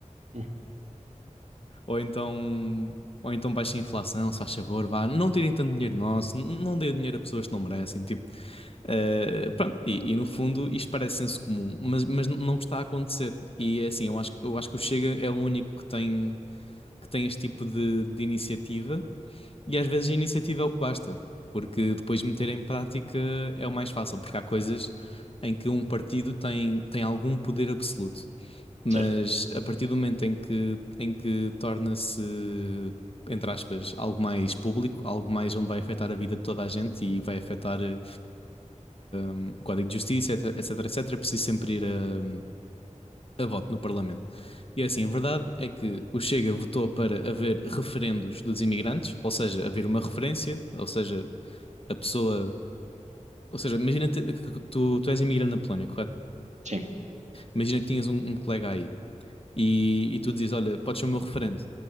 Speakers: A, on the right; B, on the left.
A: Hum,
B: ou então, ou então baixem a inflação, se faz favor, vá, não tirem tanto dinheiro nosso, n- não deem dinheiro a pessoas que não merecem, tipo, Uh, pronto, e, e no fundo isto parece senso comum, mas, mas n- não está a acontecer. E é assim, eu acho, que- eu acho que o Chega é o único que tem, que tem este tipo de, de iniciativa, e às vezes a iniciativa é o que basta, porque depois meter em prática é o mais fácil, porque há coisas em que um partido tem, tem algum poder absoluto, mas
A: certo,
B: a partir do momento em que, em que torna-se, entre aspas, algo mais público, algo mais onde vai afetar a vida de toda a gente e vai afetar. eh, um, o Código de Justiça, etc, etc, etc, preciso sempre ir a, a voto no Parlamento. E é assim, a verdade é que o Chega votou para haver referendos dos imigrantes, ou seja, haver uma referência, ou seja, a pessoa. Ou seja, imagina te- que tu, tu és imigrante na Polónia, correto?
A: sim,
B: Imagina que tinhas um, um colega aí e, e tu dizes: Olha, podes ser o meu referente